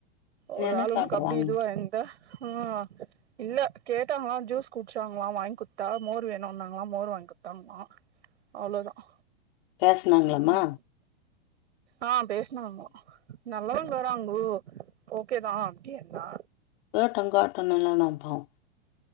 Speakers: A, on the right; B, on the left.
A: ஒரு
B: என்ன
A: ஆளு
B: சாப்பிடுறாங்க
A: உனக்கு அப்டி இதுவா இந்தா ஆ இல்ல கேட்டாங்களா ஜூஸ் குடிச்சாங்களா வாய்ன் குத்தா மோர் வேணும்னாங்களா மோர் வாங்கி குத்தான்னா
B: <inaudible>
A: அவ்ளோதான்
B: பேசுனாங்களாமா
A: ம் ஆ பேசினாங்களா நல்லாதாங்
B: கேட்டோ
A: தராங் ப்ரோ ஓகேதான் அப்டி என்னா
B: கேட்டன் கேட்டன் எல்லாம் நா பாத்